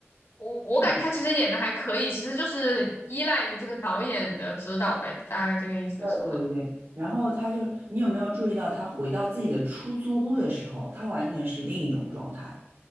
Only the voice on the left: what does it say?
我我感觉她其实演的还可以，
其实就是依赖于这个导演的指导呗，大概这个意思是吗？